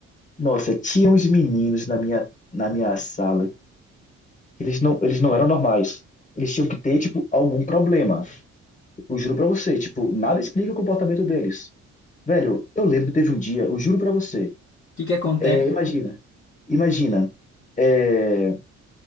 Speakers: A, on the left; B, on the left.
A: Nossa, tinha uns meninos na minha, na minha sala, que eles não, eles não eram normais. Eles tinham que ter, tipo, algum problema. Eu juro pra você, tipo, nada explica o comportamento deles. Velho, eu lembro que teve um dia, eu juro pra você,
B: que que acontece?
A: é, imagina, imagina, é,